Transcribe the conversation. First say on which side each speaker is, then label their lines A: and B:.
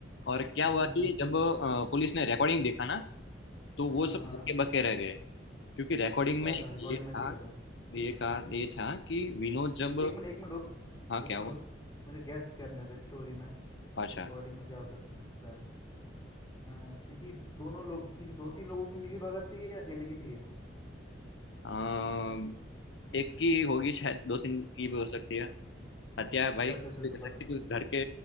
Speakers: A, on the left; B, on the left.
A: और क्या हुआ
B: हम्म
A: कि
B: हम्म
A: जब अ, पुलिस ने रिकॉर्डिंग देखा ना तो वो
B: हाँ
A: सब
B: हाँ
A: धक्के बक्के रह गए क्योंकि रिकॉर्डिंग
B: क्या
A: में
B: था रिकॉर्डिंग
A: ये था
B: में ऐसा क्या था
A: ये कहा ये था कि विनोद जब
B: एक मिनट एक मिनट रुक
A: हाँ
B: एक
A: क्या
B: मिनट
A: हुआ
B: रुक मुझे गैस करने दे स्टोरी में
A: अच्छा
B: रिकॉर्डिंग में क्या हो सकता है अ, किसी दोनों लोग किसी दो तीन लोगों की मिली भगत थी या अकेले की थी ये
A: अम, एक की होगी शायद दो तीन की भी हो सकती है हत्या भाई
B: चल
A: कुछ
B: चल फिर
A: भी
B: तू
A: कर सकते
B: बता
A: हैं, क्योंकि घर के